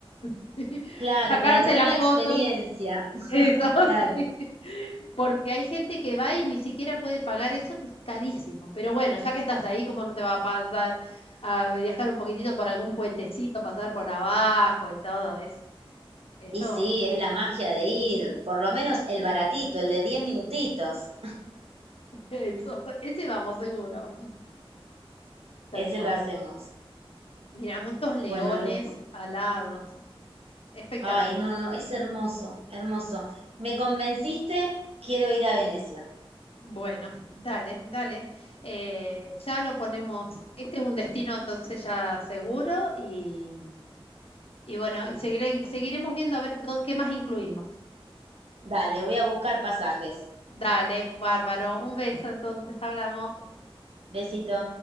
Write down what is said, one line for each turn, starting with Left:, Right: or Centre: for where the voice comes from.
Left: <laughs>
Right: Claro,
Left: Sacarse
Right: para tener
Left: la
Right: la
Left: foto.
Right: experiencia, <laughs>
Left: Eso, <laughs>
Right: claro.
Left: sí porque hay gente que va y ni siquiera puede pagar eso, que es carísimo. Pero bueno, ya que estás ahí, ¿cómo no te va a pasar a viajar un poquitito por algún puentecito, pasar por abajo y todo? Es, eso,
Right: Y sí, es la magia de ir, por lo menos el baratito, el de 10 minutitos.
Left: eso, <laughs> ese vamos seguro, <laughs> tal
Right: Ese
Left: cual.
Right: lo hacemos.
Left: Mira, muchos leones
Right: Bueno, Lu.
Left: alados, espectacular.
Right: Ay, no, no, es hermoso, hermoso. Me convenciste, quiero ir a Venecia.
Left: Bueno, dale, dale. Eh, ya lo ponemos, este es un destino entonces ya seguro y, y bueno, y seguire- seguiremos viendo a ver todo- qué más incluimos.
Right: Dale, voy a buscar pasajes.
Left: Dale, bárbaro. Un beso, entonces hablamos.
Right: Besito.